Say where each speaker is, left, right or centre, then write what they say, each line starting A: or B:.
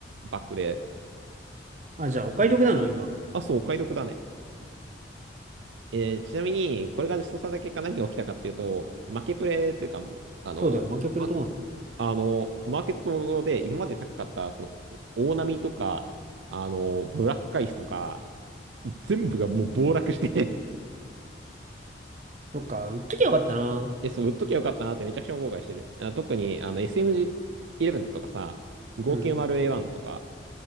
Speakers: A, on the right; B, on the right.
A: バッグで、
B: あ、じゃあ、お買い得なの今。
A: あ、そう、お買い得だね。えーちなみに、これが実装された結果何が起きたかっていうと、負けプレイというか、あの、
B: そうだよ、負けプレどうなの
A: ま、あの、マーケットで今まで高かった、その、大波とか、あの、ブラックアイスとか、全部がもう暴落して
B: そっか、売っときゃよかったな。
A: <laughs> え、そう、売っときゃよかったなってめちゃくちゃ後悔してる。あ、特に、あの、SMG11 とかさ、590A1
B: うん。
A: とか、